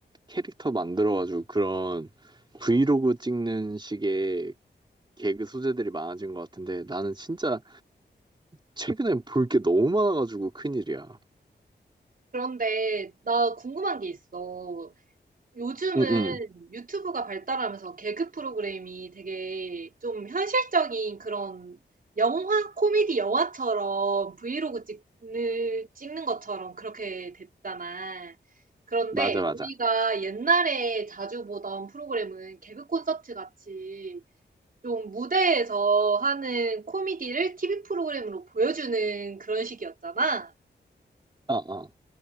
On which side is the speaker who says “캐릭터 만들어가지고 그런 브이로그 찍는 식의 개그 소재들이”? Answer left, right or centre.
Right